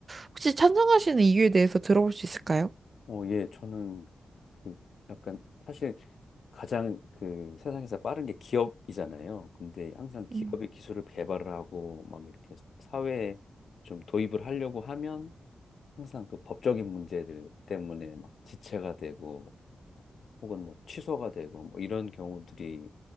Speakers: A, on the right (about 40°); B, on the left (about 65°).
A: 혹시 찬성하시는 이유에 대해서 들어볼 수 있을까요?
B: 어, 예, 저는 그 약간 사실 가장 그 세상에서 빠른 게 기업이잖아요. 근데 항상 기업이
A: 음,
B: 기술을 개발을 하고 막 이렇게 사회에 좀 도입을 하려고 하면 항상 그 법적인 문제들 때문에 막 지체가 되고 혹은 뭐 취소가 되고 뭐 이런 경우들이